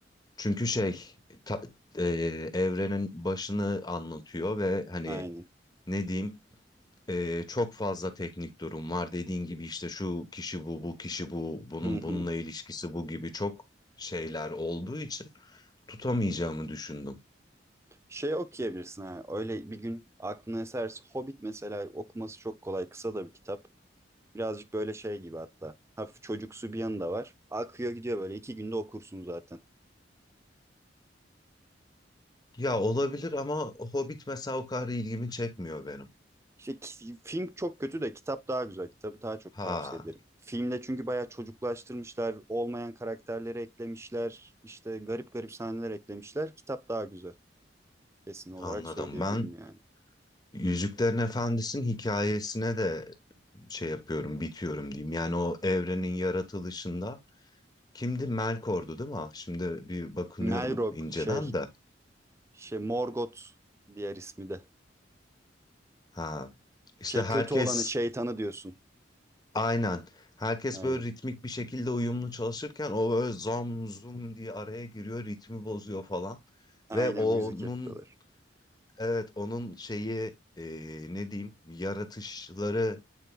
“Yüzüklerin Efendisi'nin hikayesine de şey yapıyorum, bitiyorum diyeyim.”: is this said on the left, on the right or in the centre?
Left